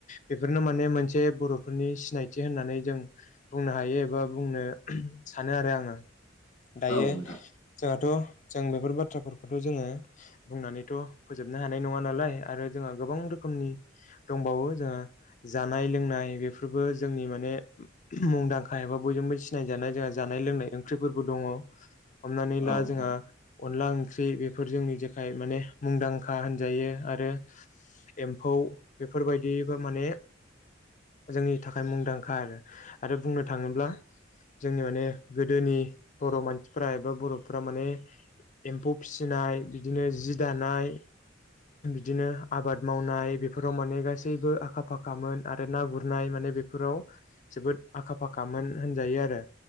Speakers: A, on the left; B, on the left.
A: बेफोरनो माने मोनसे बर'फोरनि सिनायथि होन नानै जों बुंनो हायो एबा बुंनो सानो आरो आङो दायो
B: औ नोंथां औ
A: जोंहा थ' जों बेफोर बाथ्राफोरखौथ' जोङो बुंनानैथ' फोजोबनो हानाय नङा नालाय आरो जोंहा गोबां रोखोमनि दंबावो जोंहा जानाय लोंनाय बेफोरबो जोंनि माने मुंदांखा एबा बयजों सिनाय जानाय जोंहा जानाय लोंनाय ओंख्रिफोरबो दङ हमनानै ला
B: औ नोंथां
A: जोंहा अनला ओंख्रि बेफोर जोंनि जेखाय माने मुंदांखा होनजायो आरो एम्फौ बेफोरबायदि माने जोंनि थाखाय मुंदांखा आरो आरो बुंनो थाङोब्ला जोंनि माने गोदोनि बर' मानसिफ्रा एबा बर'फ्रा माने एम्फौ फिसिनाय बिदिनो जि दानाय बिदिनो आबाद मावनाय बेफोराव माने गासैबो आखा फाखामोन आरो ना गुरनाय माने बेफोराव जोबोद आखा फाखामोन होनजायो आरो